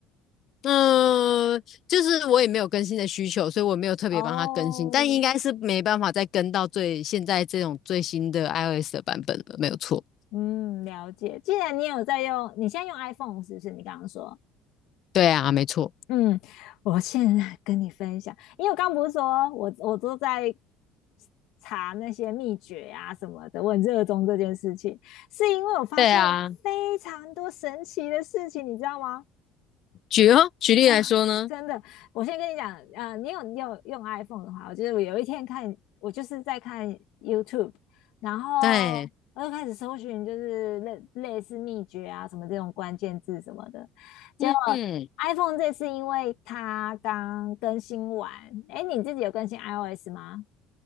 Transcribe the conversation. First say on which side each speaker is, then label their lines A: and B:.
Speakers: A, on the left; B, on the left.
A: 嗯，就是我也没有更新的需求，所以我没有特别帮他更新，
B: 哦，
A: 但应该是没办法再跟到最现在这种最新的 iOS 的版本了，没有错。
B: 嗯，了解。既然你有在用，你现在用 iPhone 是不是？你刚刚说，
A: 对啊，没错。
B: 嗯，我现在跟你分享，因为我刚不是说我我都在查那些秘诀啊什么的，我很热衷这件事情，是因为我发现非常多神奇的事情，
A: 对啊，
B: 你知道吗？
A: 举哦，举例来说呢，
B: 啊，<laughs> 真的，我先跟你讲，啊，你有你有用 iPhone 的话，我就得我有一天看，我就是在看 YouTube，然后我就开始搜寻，
A: 对，
B: 就是类类似秘诀啊什么这种关键字什么的。结果
A: 嗯嗯，
B: iPhone 这次因为它刚更新完，哎，你自己有更新 iOS 吗？